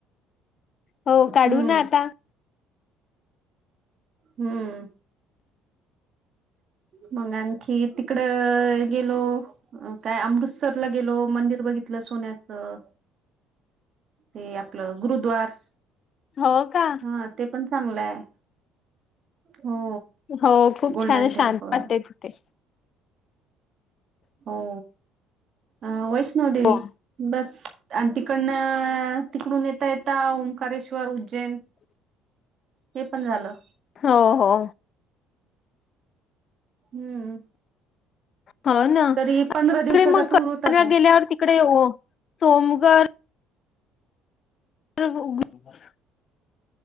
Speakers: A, on the left; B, on the right.
A: हो
B: हम्म
A: काढू ना आता.
B: हम्म.
A: <inaudible>
B: मग आणखी तिकडं गेलो. अ काय अमृतसरला गेलो मंदिर बघितलं सोन्याचं. ते आपलं गुरुद्वार
A: हो का
B: हा ते पण चांगलं आय. हो.
A: हो खूप
B: गोल्डन
A: छान
B: टेम्पल
A: शांत वाटते तिथे.
B: हो हा वैष्णो देेवी
A: हो
B: बस. अन् तिकडन तिकडून येता येता ओंकारेश्वर, उज्जैन
A: <inaudible>
B: हे पण झालं
A: हो हो
B: हम्म.
A: हो ना
B: तरी
A: तिकडे
B: पंधरा दिवसाचा
A: मग
B: टूर होता तो
A: गेल्यावर तिकडे ओ सोमगर <unintelligible>